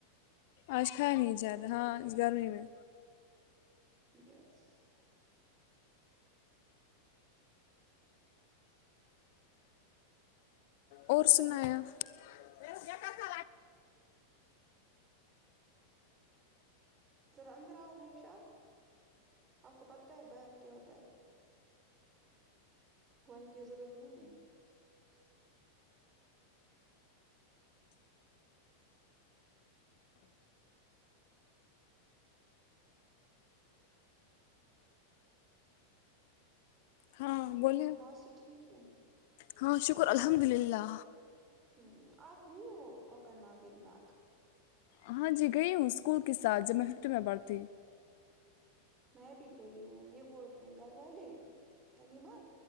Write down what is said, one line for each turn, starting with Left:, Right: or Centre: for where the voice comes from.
Left: آج کھایا نہیں جارا ہاں اس گرمی میں
Right: یسس
Left: اور سنائیں آپ <unintelligible>
Right: ذرا اندر آؤ میرشاہ آپ کو پتہ ہے باہر کیا ہوتا ہے بولنےکی ضرورت نہیں ہے
Left: ہاں بولیے
Right: موسی ٹھیک ہے
Left: ہاں شکر الحمدللہ
Right: امم آپ گئی ہو کوکرنا ویتناگ
Left: ہاں جی گئی ہوں اسکول کے ساتھ جب میں ففتھ میں پڑھتی
Right: میں بھی گئی ہوں یہ بول رہے ہیں گھر والے حلیمہ